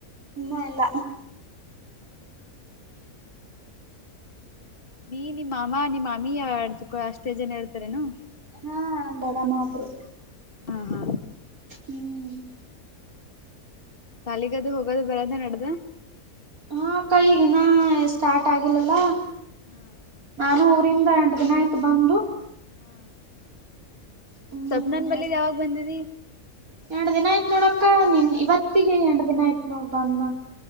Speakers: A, on the right; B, on the left.
A: ಇನ್ನ ಇಲ್ಲ
B: ನೀ ನಿಮ್ಮ ಅಮ್ಮ ನಿಮ್ಮಮ್ಮಿಕ ಅಷ್ಟೇ ಜನ ಇರ್ತಾರನು
A: ಹಾ ನಂದ್ಡಮ್ಮ ಒಬ್ರು
B: ಹಾ
A: ಹ್ಮ್
B: ಕಾಲಿಗದು ಹೋಗೋದು ಬರದ ನಡ್ದ
A: ಹಾ ಕೈಗಿನ ಸ್ಟಾರ್ಟ್ ಆಗಿಲ್ಲಲ್ಲ
B: ಹ್ಮ
A: ನಾನು ಊರಿಂದ ಎಂಟು ದಿನ ಆಯ್ತು ಬಂದು
B: ಹಾ
A: ಹ್ಮ್
B: ಸ್ವಪ್ನನ್ ಬಲ್ಲಿದ ಯಾವಾಗ ಬಂದಿದಿ
A: ಎರಂಡ ದಿನ ಆಯ್ತತ್ ನೋಡಕ್ಕ ನಿನ್ ಇವತ್ತಿಗೆ ಎರಂಡ ದಿನ ಆಯ್ತ್ ನೋಡ್ಬ ಅನ್ನಾ